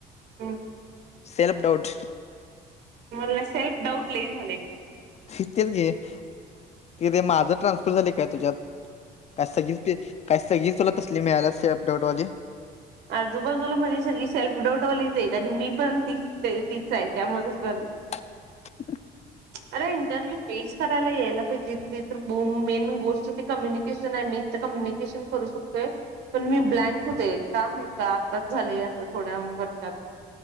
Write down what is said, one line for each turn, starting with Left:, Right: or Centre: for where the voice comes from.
Right: हम
Left: सेल्फ डाट
Right: मला सेल्फ डाऊट ल झाले
Left: त तेच घे तिथे माझं ट्रान्सफर झाले काय तुझ्यात काय सगळीच काय सगळीच चला तसली मिळाल्या स अटवटवाली.
Right: आजूबाजूला माझी सगळी सेल्फ डाऊटवालीच आणि मी पण ती तीच आहे त्यामध्येच ज
Left: <inaudible>
Right: अरे इंटरव्ह्यू फेस करायला यायला पाहिजे त तर मेन गोष्ट ती कम्युनिकेशन आहे मी कम्युनिकेशन करू शकतोय पण मी ब्लँक होते काम य का आताच झालेय असं थोड्या वर्षात